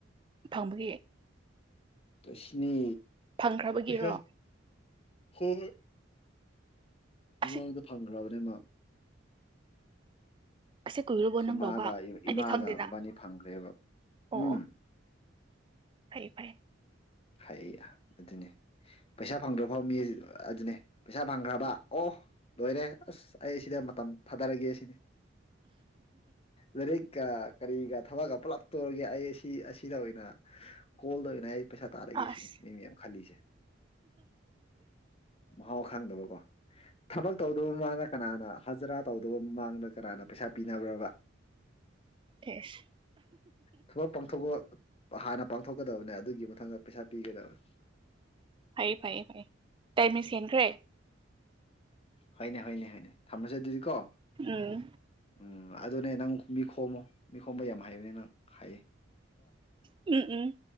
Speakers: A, on the right; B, on the left.
A: ꯐꯪꯕꯒꯤ
B: ꯇꫭ ꯁꯤꯅꯤ
A: ꯐꯪꯈ꯭ꯔꯕꯒꯤꯔꯣ
B: ꯄꯩ ꯍꯣ
A: ꯑꯁꯤ
B: ꯃꯐꯪ꯭ꯔ <unintelligible>
A: ꯑꯁꯤ ꯀꯨꯏꯔꯕꯣ ꯅꯪ
B: ꯃꯥꯒ
A: ꯂꯧꯕ ꯑꯩꯗꯤ
B: ꯏꯃꯥꯒ
A: ꯈꯪꯗꯦꯅ
B: ꯕꯕꯥꯅꯤ ꯐꯪꯈ꯭ꯔꯦꯕ
A: ꯑꯣ
B: ꯎꯝ
A: ꯑꯣ ꯐꯩ ꯐꯥꯏ
B: ꯍꯥꯏ ꯑꯗꯨꯅꯦ ꯄꯩꯁꯥ ꯐꯪꯗ꯭ꯔ ꯐꯥꯎ ꯃꯤ ꯑꯗꯨꯅꯦ ꯄꯩꯁꯥ ꯐꯪꯈ꯭ꯔꯕ ꯑꯣ ꯂꯣꯏꯔꯦ ꯑꯁ ꯑꯩ ꯁꯤꯗ ꯃꯇꯝ ꯊꯥꯗꯔꯒꯦ ꯁꯤꯅꯤ <unintelligible> ꯀꯔꯤꯒ ꯊꯕꯛꯀ ꯄꯨꯂꯞ ꯇꯧꯔꯒꯦ ꯑꯩ ꯑꯁꯤ ꯑꯁꯤꯗ ꯑꯣꯏꯅ ꯀꯣꯜꯗ ꯑꯣꯏꯅ ꯄꯩꯁꯥ ꯇꯥꯔꯛꯏꯒꯦ
A: ꯑꯁ
B: ꯁꯤꯅꯤ ꯃꯤ ꯃꯌꯥꯝ ꯈꯜꯂꯤꯁꯦ ꯃꯍꯥꯎ ꯈꯪꯗꯕꯀꯣ ꯊꯕꯛ ꯇꯧꯗꯕ ꯃꯃꯥꯡꯗ ꯀꯅꯥꯅ ꯍꯖꯔꯥ ꯇꯧꯗꯕ ꯃꯃꯥꯡꯗ ꯀꯅꯥꯅ ꯄꯩꯁꯥ ꯄꯤꯅꯕ꯭ꯔꯕ
A: ꯑꯦꯁ
B: ꯊꯕꯛ ꯄꯥꯡꯊꯣꯛꯄ ꯍꯥꯟꯅ ꯄꯥꯡꯊꯣꯛꯀꯗꯕꯅꯦ ꯑꯗꯨꯒꯤ ꯃꯊ ꯃꯊꯪꯗ ꯄꯩꯁꯥ ꯄꯤꯒꯗꯕꯅꯦ
A: ꯐꯌꯦ ꯐꯌꯦ ꯐ ꯇꯥꯏꯃꯤꯡꯁ ꯌꯦꯟꯈ꯭ꯔꯦ
B: ꯍꯣꯏꯅꯦ ꯍꯣꯏꯅꯦ ꯍꯣꯏꯅꯦ ꯊꯝꯃꯁꯦ ꯑꯗꯨꯗꯤ ꯀꯣ
A: ꯎꯝ
B: ꯎꯝ ꯑꯗꯨꯗꯅꯦ ꯅꯪ ꯃꯤꯈꯣꯃꯣ ꯃꯤꯈꯣꯕ ꯌꯥꯝ ꯍꯥꯏꯕꯅꯦ ꯅꯪ ꯍꯥꯏꯌꯦ
A: ꯎꯝ ꯎꯝ